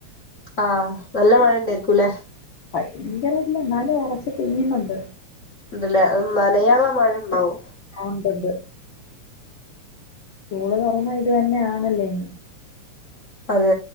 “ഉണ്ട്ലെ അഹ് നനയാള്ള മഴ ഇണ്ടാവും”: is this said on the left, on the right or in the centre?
Left